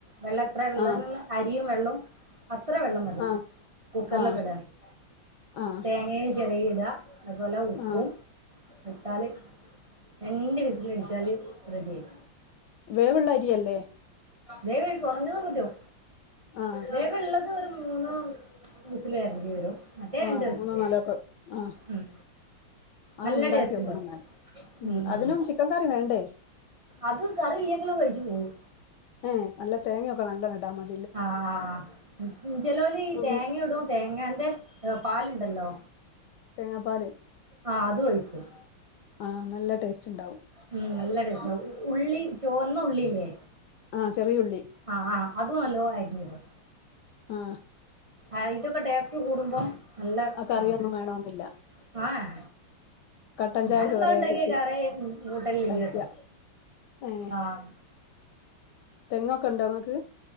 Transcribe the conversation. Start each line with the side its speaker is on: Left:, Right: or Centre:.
Right: വെള്ളം എത്ര ഇള്ളെ
Left: ആഹ്
Right: അരിയും വെള്ളോം അത്ര വെള്ളം മതി
Left: ആഹ്
Right: കുക്കറിലൊക്കെ
Left: ആഹ് ആഹ്
Right: ഇടാങ്കി
Left: ആഹ്
Right: തേങ്ങേ ചെരകി ഇടാ അതുപോലെ ഉപ്പും
Left: ആഹ്
Right: വിട്ടാല് രണ്ട് വിസില അടിച്ചാല് റെഡി ആയി
Left: വേവ്ള്ളരിയല്ലേ?
Right: വേവ് കൊറഞ്ഞതും പറ്റും
Left: ആഹ്
Right: വേവിള്ള ഒരു മൂന്ന് വിസില് വരണ്ടി വരും മറ്റേ
Left: ആഹ്
Right: രണ്ട് വിസിൽ
Left: മൂന്നോ നാലോ ഒക്കെ ആഹ്
Right: ഉം
Left: ആ
Right: നല്ല
Left: ഉണ്ടാക്കി
Right: ടെസ്റ്റ്‌ണ്ടവും
Left: വെക്കണം എന്നാല്
Right: ഉം ഉം
Left: അതിനും ചിക്കൻ കറി വേണ്ടേ
Right: അത് കറിയില്ലെങ്കിലും കഴിച്ചു പോവും
Left: ഏഹ് നല്ല തേങ്ങയൊക്കെ നല്ലോണം ഇടാമതി
Right: ആഹ് ആഹ് ജലോല് ഈ
Left: ഉം.
Right: തേങ്ങ
Left: ഉം.
Right: ഇടും തേങ്ങന്റെ പാലുണ്ടല്ലോ
Left: തേങ്ങാപാല്
Right: ആഹ് അത് ഒഴിക്കും
Left: ആഹ് നല്ല ടേസ്റ്റ് ഇണ്ടാവും
Right: ഉം നല്ല ടേസ്റ്റാവും ഉള്ളി ചോന്ന ഉള്ളില്ലേ
Left: ആഹ് ചെറിയുള്ളി
Right: ആഹ് ആഹ് അതും അലോ അരിഞ്ഞിടും
Left: ആഹ്
Right: ആഹ് ഇതൊക്കെ ടേസ്റ്റ് കൂടുമ്പോം നല്ല <unintelligible>
Left: ആ കറിയൊന്നും വേണോന്നില്ല
Right: ആഹ്
Left: കട്ടൻ
Right: ഞാനമ്മ
Left: ചായക്ക് വരെ
Right: ഉണ്ടാക്കിയ
Left: കൂട്ടി
Right: കറി കുട്ടല്ല ഇല്ലട്ടോ
Left: കഴിക്ക ഏഹ്
Right: ആഹ്
Left: തെങ്ങൊക്കെ ഉണ്ടോ ങ്ങൾക്ക്